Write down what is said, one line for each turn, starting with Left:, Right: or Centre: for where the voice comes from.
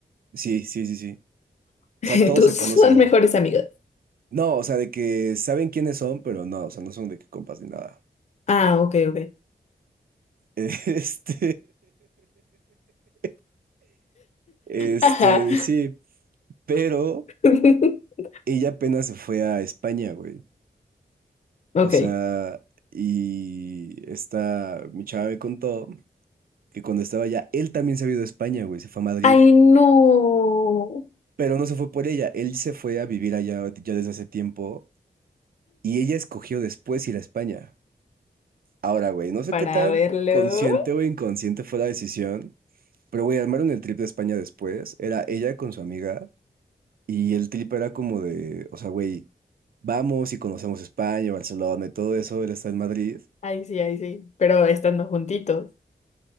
Right: sí, sí, sí, sí. O
Left: <laughs>
Right: sea, todos
Left: Tus
Right: se conocen.
Left: son mejores amigos.
Right: No, o sea, de que saben quiénes son, pero no, o sea, no son de que compas ni nada.
Left: Ah, ok, ok.
Right: <laughs> Este. <laughs> Este,
Left: Ajá.
Right: sí. Pero
Left: <laughs>
Right: ella apenas se fue a España, güey.
Left: Ok.
Right: O sea, y esta, mi chava me contó que cuando estaba allá, él también se había ido a España, güey, se fue a Madrid,
Left: Ay, no.
Right: pero no se fue por ella, él se fue a vivir allá ya desde hace tiempo y ella escogió después ir a España. Ahora, güey, no sé
Left: para
Right: qué tan
Left: verlo.
Right: consciente o inconsciente fue la decisión, pero, güey, armaron el trip de España después, era ella con su amiga y el trip era como de, o sea, güey, vamos y conocemos España, Barcelona y todo eso, él está en Madrid.
Left: Ay, sí, ay, sí. Pero estando juntitos.